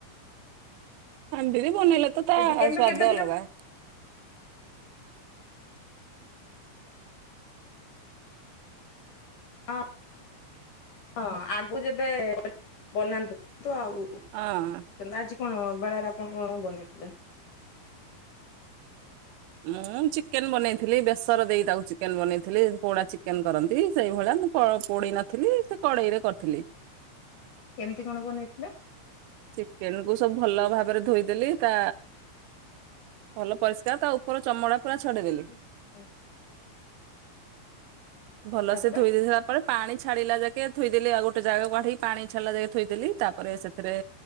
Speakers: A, on the right; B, on the left.
A: ହାଣ୍ଡିରେ ବନେଇଲେ ତ ତା
B: କେବେ
A: ସ୍ଵାଦ
B: କେବେ ଦିନ
A: ଅଲଗା।
B: ହଁ ହଁ ଆଗକୁ ଯେବେ ବନାନ୍ତୁ ଆଉ।
A: ହଁ।
B: ତେମେ ଆଜି କଣ ବେଳାରେ ଆପଣ କଣ ବନେଇଥିଲେ।
A: ମୁଁ ଚିକେନ୍ ବନେଇଥିଲି ବେସର ଦେଇ ତାକୁ ଚିକେନ୍ ବନେଇଥିଲି ପୋଡା ଚିକେନ୍ କରନ୍ତି। ସେଇଭଳିଆ ମୁଁ କ ପୋଡି ନଥିଲି ସେ କଡେଇରେ କରିଥିଲି।
B: କେମିତି କଣ ବନେଇ ଥିଲେ।
A: ଚିକେନ୍ କୁ ସବୁ ଭଲ ଭାବରେ ଧୋଇଦେଲି ତା ଭଲ ପରିଷ୍କାର ତା ଉପର ଚମଡା ପୁରା ଛଡେଇ ଦେଲି।
B: <inaudible>
A: ଭଲ
B: ତାପରେ
A: ସେ ଧୋଇ ଦେଇ ସାଇଲା। ତା ପରେ ପାଣି ଛାଡିଲା ଯାକେ ଥୋଇଦେଲି ଆଉ ଗୋଟେ ଜାଗାକୁ କାଢିକି ପାଣି ଛାଡିଲା ଯାକ ଥୋଇଦେଲି ତାପରେ ସେଥିରେ।